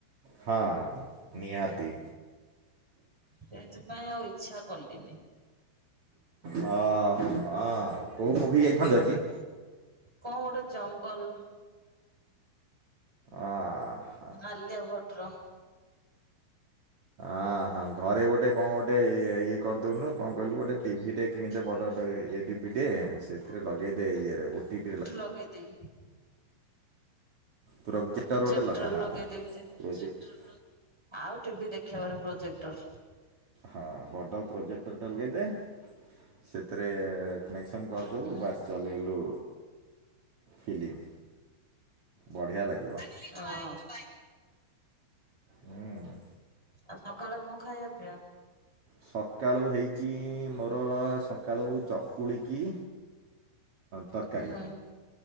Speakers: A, on the right; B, in the centre.
A: ହଁ ନିହାତି।
B: ସେଥିପାଇଁ ଆଉ ଇଚ୍ଛା କଲିନି।
A: ହଁ ହଁ କୋଉ ମୁଁଭି ଯାଇଥାନ୍ତୁ ଆଜି?
B: କଣ ଗୋଟେ ଜଙ୍ଗଲ।
A: ଆ ଆ।
B: ଆଲିଆବଟର।
A: ଅ ହଁ ଘରେ ଗୋଟେ କଣ ଗୋଟେ ଏ ଇଏ କରିଦଉନୁ କଣ କହିଲୁ ଗୋଟେ ଟିଭି ଟେ? କିଣୀଦେ
B: ଗୋଟେ
A: ବଡ ଟି ଭି ଟେ ସେଥିରେ ଲଗେଇଦେ ଇଏରେ ଓ ଟିଟି ରେ
B: ଲଗେଇ ଦେଇ
A: ପ୍ରୋଜେକ୍ଟ
B: ପ୍ରୋଜେକ୍ଟର
A: ଗୋଟେ ଲଗା ହଁ
B: ଲଗେଇଦେବି ଯେ
A: ପ୍ରଜେକଟର
B: ଆଉ ଟିଭି ଦେଖେଇବନି ପ୍ରୋଜେକ୍ଟର
A: ହଁ ବଡ଼ ପ୍ରୋଜେକ୍ଟର ଟେଲଗାଇ ଦେ ସେଥିରେ କନେକ୍ସନ୍ କରିଦେବୁ
B: ହୁଁ ହଁ
A: ବାସ୍। ଚଲେଇଲୁ ଫିଲ୍ମ ବଢ଼ିଆ ଲାଗିବ।
B: ହଁ।
A: ହୁଁ।
B: ଆଉ ସକାଳେ କଣ ଖାଇବା ପି ଆ।
A: ସକାଳୁ ହେଇଛି ମୋର ସକାଳୁ ଚକୁଳିକି ତରକାରୀ।
B: ହୁଁ